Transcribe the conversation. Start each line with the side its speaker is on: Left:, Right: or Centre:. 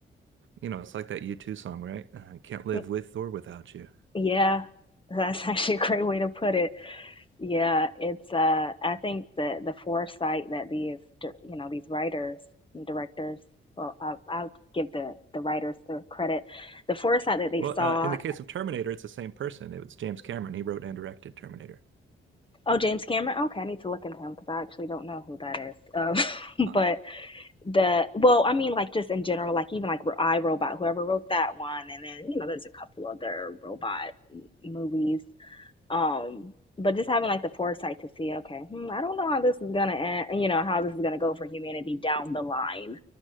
Right: you know, it's like that U2 song, right? I can't live
Left: Y-
Right: with or without you.
Left: Yeah. That's <laughs> actually a great way to put it. Yeah, it's uh I think the the foresight that these dir- you know, these writers and directors, well, I'll, I'll give the the writers the credit. The foresight that they
Right: Well,
Left: saw,
Right: uh, in the case of Terminator, it's the same person. It was James Cameron. He wrote and directed Terminator.
Left: oh, James Cameron. Okay, I need to look into him because I actually don't know who that is. Um,
Right: Huh.
Left: <laughs> but the well, I mean like just in general, like even like I Robot, whoever wrote that one and then, you know, there's a couple other robot m- movies um but just having like the foresight to see okay hmm, i don't know how this is gonna end you know how this is gonna go for humanity down the line